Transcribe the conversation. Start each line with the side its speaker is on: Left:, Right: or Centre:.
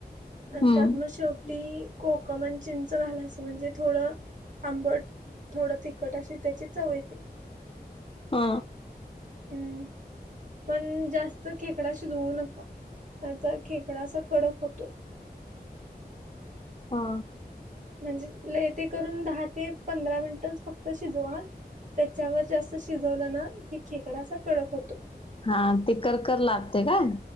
Right: आणि
Left: हम्म
Right: त्यात मग शेवट ती कोकम आणि चिंच घालायचं म्हणजे थोडं आंबट. थोडं तिखट अशी त्याची चवयती.
Left: हा
Right: हम् पण जास्त खेकडा शिजवू नका आता खेकडाचा कडक होतो.
Left: हा
Right: म्हणजे ल ते करून दहा ते पंधरा मिनिटच फक्त शिजवा. त्याच्यावर जास्त शिजवलं ना कि खेकडा अस कडक होतो.
Left: हा ते करकर लागते का?